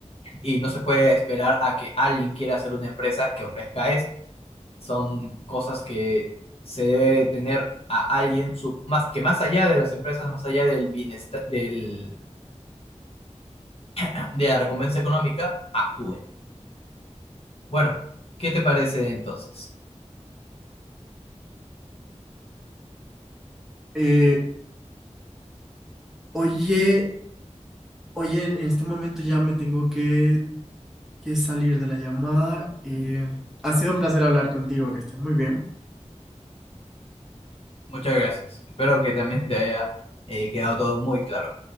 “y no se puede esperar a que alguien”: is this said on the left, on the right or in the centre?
Left